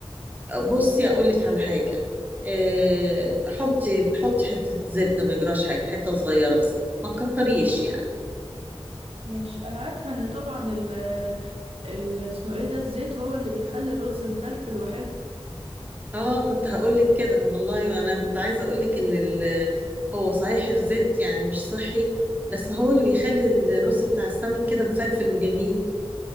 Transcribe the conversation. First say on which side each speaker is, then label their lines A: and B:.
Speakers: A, on the right; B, on the right.
A: بصي اقول لك على حاجه إيه... حطي حطي حته زبده ما يجراش حاجه حته صغيره بس ما تكتريش يعني
B: ماشي انا عارفة ان طبعا ال ال اسمه ايه ده الزيت هو اللي بيخلي الرز مفلفل وحلو
A: اه كنت هقول لك كده والله انا كنت عايزه اقول لك ان ال... هو صحيح الزيت يعني مش صحي بس هو اللي بيخلي الرز بتاع السمك كده مفلفل وجميل